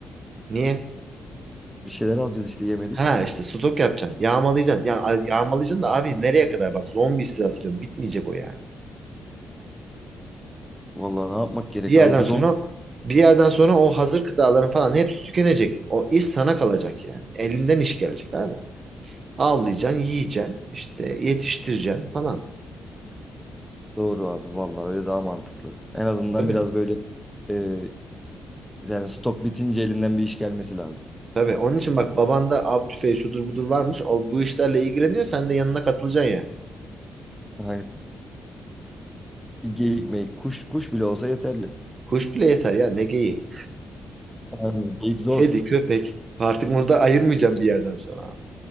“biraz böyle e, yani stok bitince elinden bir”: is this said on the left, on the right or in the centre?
Centre